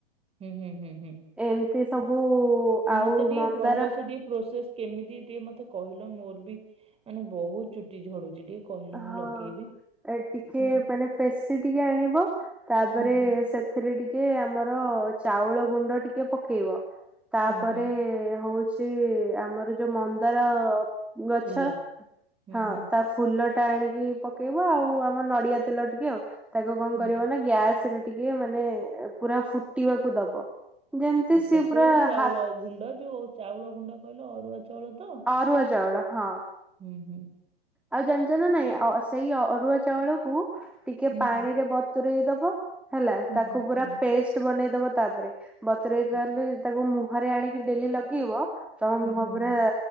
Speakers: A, on the right; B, in the centre.
A: ହୁଁ ହୁଁ ହୁଁ ହୁଁ।
B: ଏମିତି ସବୁ ଆଉ
A: ମତେ ଟିକେ
B: ମନ୍ଦାର
A: ଭଲସେ ଟିକେ ପ୍ରୋସେସ କେମିତି ଟିକେ ମତେ କହିଲ ମୋର ବି ମାନେ ବହୁତ ଚୁଟି ଝଡୁଛି ଟିକେ। କହିଲ ମୁଁ
B: ହଁ
A: ଲଗେଇବି।
B: ଟିକେ
A: ହୁଁ
B: ମାନେ ଫେସି ଟିକେ ଆଣିବ ତାପରେ
A: ହୁଁ ହୁଁ
B: ସେ ଏଥିରେ ଟିକେ ଆମର ଚାଉଳ ଗୁଣ୍ଡ ଟିକେ ପକେଇବ ତାପରେ
A: ହୁଁ ହୁଁ
B: ହଉ ସେ ଆମର ଯୋଉ ମନ୍ଦାର ଗଛ
A: ଫୁଲ ହୁଁ
B: ହଁ
A: ହୁଁ
B: ତା ଫୁଲ ଟା ଆଣିକି ପକେଇବ ଆଉ ଆମ ନଡିଆ ତେଲ ଟିକେ ଆଉ ତାକୁ କଣ
A: ହୁଁ।
B: କରିବ ନା ଗ୍ୟାସ ରେ ଟିକେ ମାନେ ପୁରା ଫୁଟିବାକୁ ଦବ ଯେମିତି
A: ଆଚ୍ଛା
B: ସି
A: କୋଉ
B: ପୁରା
A: ଚାଉଳ
B: ହାତ
A: ଗୁଣ୍ଡ ଯୋଉଉ ଚାଉଳ ଗୁଣ୍ଡ କହିଲ ଅରୁଆ ଚାଉଳ ତ
B: ସାରୁଆଜାବଳ ହଁ
A: ହୁଁ ହୁଁ
B: ଆଉ ଜାଣିଛ ନା ନାଇଁ ସେଇ ଅରୁଆ ଚାଉଳକୁ ଟିକେ
A: ହୁଁ,
B: ପାଣିରେ
A: ହୁଁ,
B: ବତରେଇ ଦବ ହେଲା
A: ହୁଁ,
B: ତାକୁ
A: ହୁଁ,
B: ପୁରା
A: ହୁଁ,
B: ପେଷ୍ଟ ବନେଇଦବା ତାପରେ ବତୁରଲେ
A: ଆଚ୍ଛା,
B: ତାକୁ ମୁହରେ ଆଣିକି ଡେଲି ଲଗେଇବ ତମ ମୁହଁ
A: ହୁଁ, ହୁଁ,
B: ଉପରେ
A: ହୁଁ,